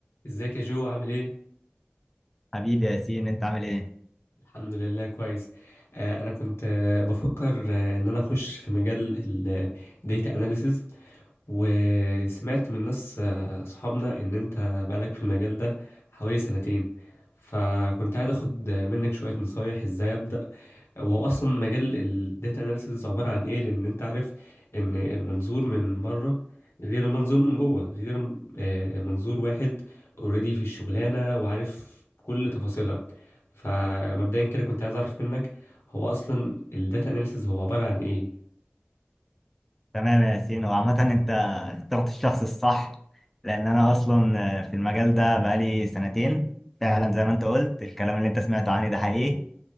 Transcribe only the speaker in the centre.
حبيبي يا ياسين انت عامل ايه؟
تمام يا ياسين وعامة انت اخترت الشخص الصح لان انا اصلا في المجال ده بقالي سنتين فعلا زي ما انت قلت الكلام اللي انت سمعته عني ده حقيقي